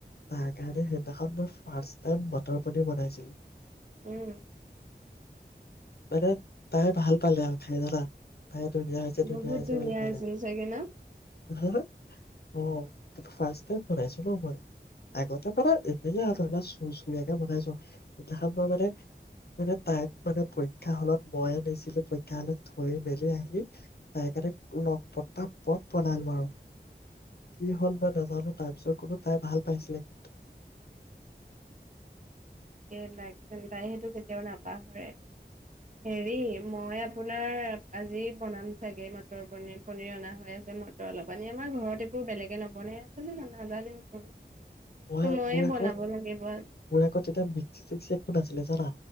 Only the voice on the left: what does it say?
তাইৰ কাৰণে সেইদিনাখন মই ফাষ্ট টাইম মটৰ পনীৰ বনাইছিলো।
মানে তাই ভাল পালে আৰু খাই জানা? তাই ধুনীয়া হৈছে, ধুনীয়া
হৈছে বুলি কলে।
অ' ফাষ্ট টাইম বনাইছো ন মই। আগত তাৰপৰা এদিনে চুৰ্চুৰীয়াকৈ বনাইছো। দেহাক মই মানে, মানে তাইক মানে, পৰীক্ষাহ'লত ময়েই নিছিলো। পৰীক্ষা হ'লত থৈ মেলি আহি তাইৰ কাৰণে ন পতা-পত বনালো আৰু, কি হ'ল মই নাজানো? তাৰ পিছত ক'ব তাই ভাল পাইছিলে।
মই
মোৰ
আগত
মোৰ আগত <unintelligible> নাছিলে জানা